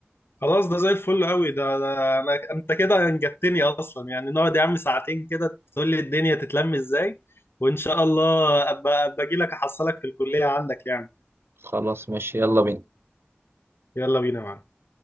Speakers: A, on the left (about 70°); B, on the right (about 75°).
A: خلاص ده زي الفل قوي ده, ده انا انت كده انجبتني اصلا يعني نقعد يا عم ساعتين كده تقول لي الدنيا تتلم ازاي وان شاء الله ابقى باجي لك احصلك في الكليه عندك يعني
B: خلاص ماشي يلا بينا
A: يلا بينا يا معلم